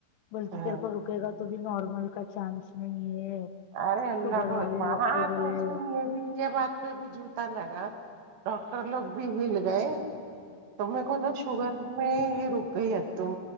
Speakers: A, on the left; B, on the right.
A: بلتی
B: ہاں
A: تیر کو رکے گا تو بھی نارمل کا چانس نہیں ہے
B: ارے اللہ
A: شوگر
B: بہت
A: والے
B: بڑب
A: لوگ
B: ہاں
A: کو بولے
B: تو اسی لیے یے بات پے بھی جھوٹا لگا ڈاکٹر لوگ بھی ہل گئے تو میر کو نا شوگر میں یے رک گئی ہے ایک تم